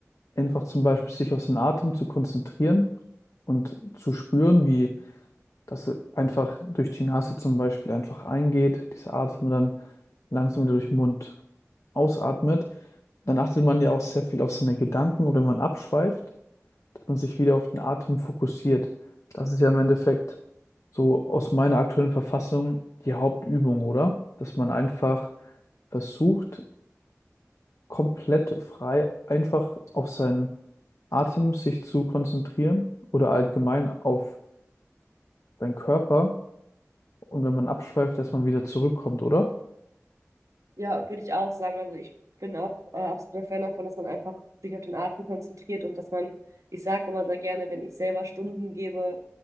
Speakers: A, on the left; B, on the right.
A: einfach zum Beispiel sich auf den Atem zu konzentrieren und zu spüren, wie dass er einfach durch die Nase zum Beispiel einfach eingeht, diese Atmung dann langsam wieder durch den Mund ausatmet. Dann achtet man ja auch sehr viel auf seine Gedanken oder man abschweift, dass man sich wieder auf den Atem fokussiert. Das ist ja im Endeffekt so aus meiner aktuellen Verfassung die Hauptübung, oder? Dass man einfach versucht, komplett frei einfach auf seinen Atem sich zu konzentrieren oder allgemein auf seinen Körper Und wenn man abschweift, dass man wieder zurückkommt, oder?
B: Ja, würde ich auch sagen. Also ich bin auch äh, absoluter Fan davon, dass man einfach sich auf den Atem konzentriert und dass man, ich sage immer sehr gerne, wenn ich selber Stunden gebe,